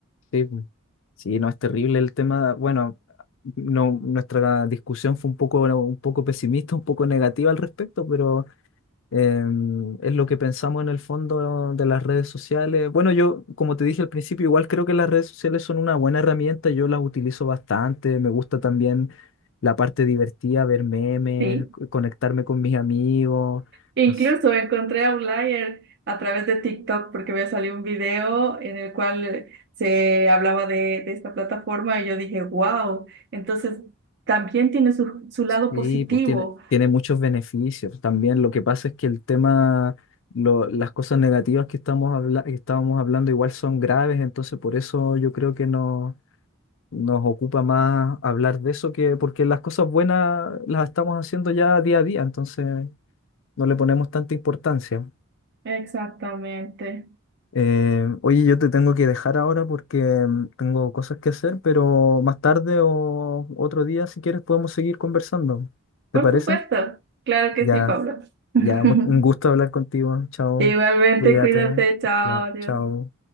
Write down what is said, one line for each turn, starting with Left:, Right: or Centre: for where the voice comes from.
Left: Sí, pues. Sí, no, es terrible el tema. Bueno, no, nuestra discusión fue un poco, bueno, un poco pesimista, un poco negativa al respecto, pero eh, es lo que pensamos en el fondo de las redes sociales. Bueno, yo, como te dije al principio, igual creo que las redes sociales son una buena herramienta, yo las utilizo bastante, me gusta también la parte divertida, ver memes,
Right: sí.
Left: conectarme con mis amigos.
Right: Incluso
Left: No sé.
Right: encontré a Outlier a través de TikTok porque me salió un video en el cual eh, se hablaba de, de esta plataforma y yo dije, wow, entonces también tiene su, su lado
Left: Sí,
Right: positivo.
Left: pues tiene, tiene muchos beneficios. También lo que pasa es que el tema, lo- las cosas negativas que estamos habla- que estábamos hablando igual son graves, entonces por eso yo creo que no, nos ocupa más hablar de eso que porque las cosas buenas las estamos haciendo ya día a día, entonces no le ponemos tanta importancia.
Right: Exactamente.
Left: Eh, oye, yo te tengo que dejar ahora porque mm, tengo cosas que hacer, pero más tarde o otro día, si quieres, podemos seguir conversando. ¿Te
Right: Por
Left: parece?
Right: supuesto. Claro que
Left: Ya.
Right: sí, Pablo. <laughs>
Left: Ya, mu- un gusto hablar contigo. Chao.
Right: Igualmente,
Left: Cuídate.
Right: cuídate, chao,
Left: Ya,
Right: adiós.
Left: chao.